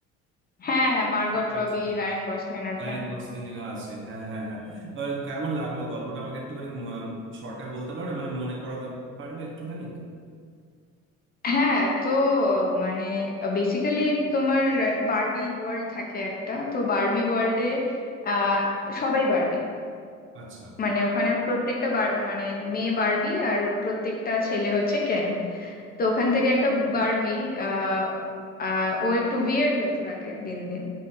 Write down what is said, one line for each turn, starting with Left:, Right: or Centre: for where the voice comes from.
Left: হ্যাঁ হ্যাঁ মার্গট
Right: ঠিক বলছি
Left: রবি
Right: তো
Left: রায়ান গসলিন আছে
Right: রায়ান গসলিং এরা আছে হ্যাঁ হ্যাঁ হ্যাঁ আর কেমন লাগলো গল্পটা আমাকে একটুখানি শর্টে বলতে পারবে মানে মনে করাতে পারবে একটুখানি
Left: হ্যাঁ তো মানে বেসিক্যালি তোমার বারবি ওয়ার্ল্ড থাকে একটা তো বারবি ওয়ার্ল্ডে আহ সবাই বারবি
Right: আচ্ছা
Left: মানে ওখানে প্রত্যেকটা বার- মানে মেয়ে বারবি আর প্রত্যেকটা ছেলে হচ্ছে কেন তো ওখান থেকে একটা বারবি আহ আহ, ও একটু উইয়ার্ড হতে থাকে দিন দিন